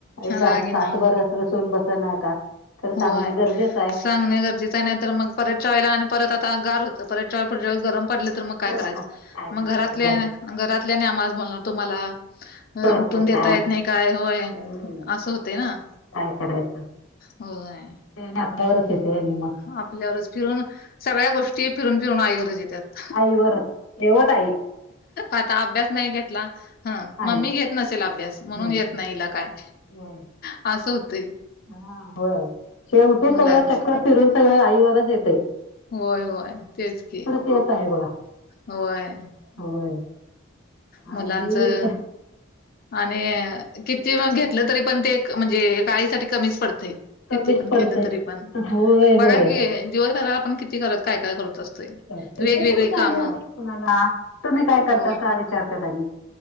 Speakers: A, on the left; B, on the left.
A: एका
B: राग येणार
A: तासभर रुसून बसना का खरं
B: होय
A: सांगण गरजेचं आहे
B: सांगणे गरजेचं आहे नाही तर मग परतच्या वेळेला आणि परत आता गार होतं परत च्या पुढच्या वेळेस गरम पडलं तर मग काय
A: गरम
B: करायचं
A: असलं तर काय
B: मग
A: करायचं
B: घरातल्या
A: बघ
B: घरातले आणि आम्हालाचं बोलणार तुम्हाला
A: कळत
B: उठून
A: नाही
B: देता
A: काय
B: येत नाही काय होय
A: हम्म.
B: असं होतंय ना
A: काय करायचं
B: होय
A: ते आणि आपल्यावरच येतंय हे नी म
B: आपल्यावरच फिरून सगळ्या गोष्टी फिरून फिरून आईवरचं येत्यात.
A: आई वरच शेवट आई
B: आता अभ्यास नाही घेतला हा मम्मी
A: आई
B: घेत नसेल अभ्यास म्हणून
A: घ्यायचं
B: घेत नाही
A: असेल.
B: हीला काय?
A: होय.
B: असं होतंय.
A: हा होय शेवटी
B: मुलांच
A: सगळं चक्कर फिरून सगळं आईवरच येतय.
B: होय होय तेच की
A: तेचं आहे बघा
B: होय
A: होय
B: मुलांचं
A: आणि
B: आणि किती घेतलं तरी पण ते म्हणजे एका आईसाठी कमीच पडतंय. किती
A: कमीच
B: पण
A: पडते.
B: केलं तरी पण
A: होय
B: बघा
A: होय
B: कि दिवसभर आपण किती घरात काय काय करत असतो य
A: करते
B: वेगवेगळी
A: ते कुठे जाणीव
B: कामं.
A: असते कुणाला तुम्ही काय करतासा
B: होय
A: विचारतात आणि